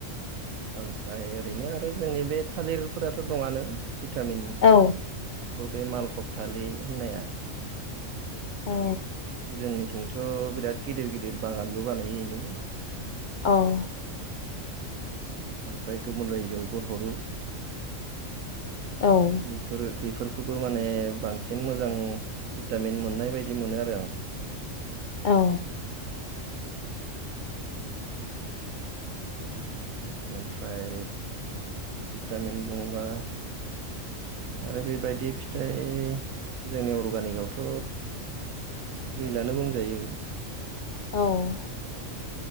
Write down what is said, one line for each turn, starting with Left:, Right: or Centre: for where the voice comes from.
Right: ओमफ्राय ओरैनो आरो जोंनि बे थालिरफोराथ' दंआनो भिटामिन।
Left: औ
Right: बे मालफबथालि होननाया
Left: औ
Right: जोंनि थिंथ' बिराद गिदिर गिदिर बागानबो बानायो इनि
Left: औ
Right: ओमफ्राय गुबुन रायजोआवबो हरो।
Left: औ
Right: बेफोरो बेफोरखौबो माने बांसिन मोजां भिटामिन मोननाय बायदि मोनो आरो आं।
Left: औ
Right: बेनिफ्राय भिटामिन बुङोबा आरो बेबायदि फिथाइ जोंनि अर्गानिकआवथ' गैलानो बुंजायो।
Left: औ